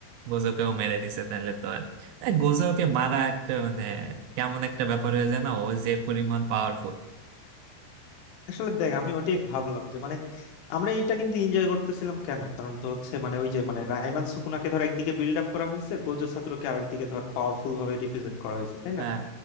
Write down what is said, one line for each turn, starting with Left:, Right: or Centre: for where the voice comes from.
Right: গোজোকেও মেরে দিছে তাহলে তো আর এ, গোজোকে মারা একটা মানে কেমন একটা ব্যাপার হয়ে যায় না ও যে পরিমাণ পাওয়ারফুল
Left: আসলে দেখ আমি ওটাই ভাবলাম যে মানে আমরা এইটা কিন্তু এনজয় করতেছিলাম কেন কারণ তো হচ্ছে মানে ওই যে মানে রায়মান সুকুনাকে ধর একদিকে বিল্ড আপ করা হয়েছে গোজো ছাত্রকে আরেকদিকে ধর পাওয়ারফুল ভাবে রিপ্রেজেন্ট করা হয়েছে তাই
Right: হ্যাঁ
Left: না